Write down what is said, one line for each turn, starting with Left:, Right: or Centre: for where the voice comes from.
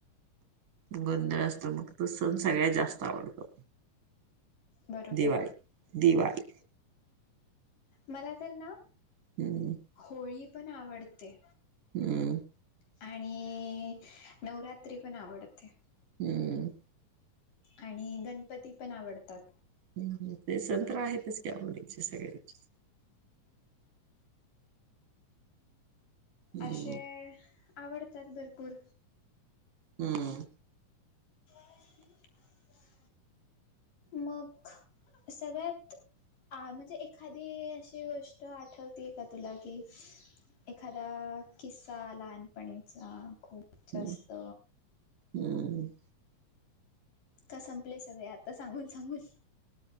Right: गोंधळ असतो, मग तो सण सगळ्यात जास्त आवडतो.
Left: बरोबर.
Right: दिवाळी- दिवाळी
Left: मला तर ना
Right: <inaudible>
Left: होळी पण आवडते.
Right: हम्म.
Left: आणि नवरात्री पण आवडते.
Right: हम्म.
Left: आणि गणपती पण आवडतात.
Right: हं ते सण तर आहेतच की आवडीचे सगळ्यांचे. हम्म
Left: आशे आवडतात भरपूर.
Right: हम्म.
Left: <inaudible> मग सगळ्यात आ म्हणजे एखादी अशी गोष्ट आठवतीय का, तुला की एखादा किस्सा लहानपणीचा खूप जास्त
Right: हम्म हम्म.
Left: का संपले सगळे आता सांगून- सांगून.